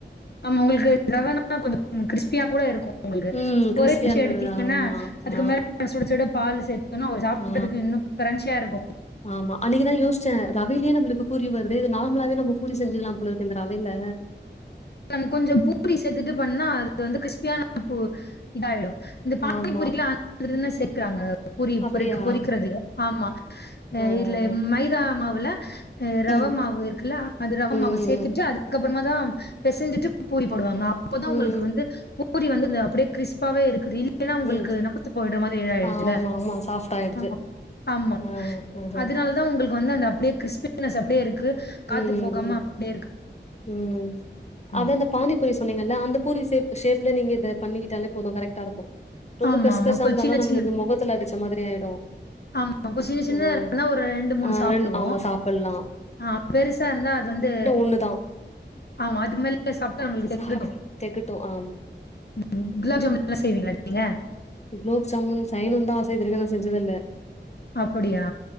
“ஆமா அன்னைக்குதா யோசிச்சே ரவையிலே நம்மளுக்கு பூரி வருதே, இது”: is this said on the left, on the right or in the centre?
Left